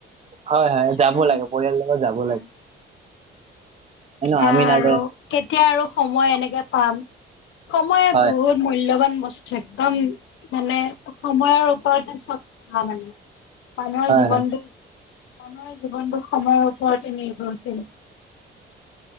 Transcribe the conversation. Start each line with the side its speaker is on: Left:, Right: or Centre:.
Right: হয় হয় যাব
Left: উম
Right: লাগে পৰিয়াল লগত যাব
Left: উম।
Right: লাগে। হয়
Left: এতিয়া
Right: ন আমি
Left: আৰু
Right: নাযায়
Left: কেতিয়া আৰু সময় এনেকে পাম। সময়
Right: হয়
Left: বহুত মূল্যবান বস্তু একদম মানে। সময়ৰ ওপৰতে চব কথা মানে মানুহৰ
Right: হয়
Left: জীৱনটো
Right: হয়
Left: মানুহৰ জীৱনবোৰ সময়ৰ ওপৰতে নিৰ্ভৰশীল।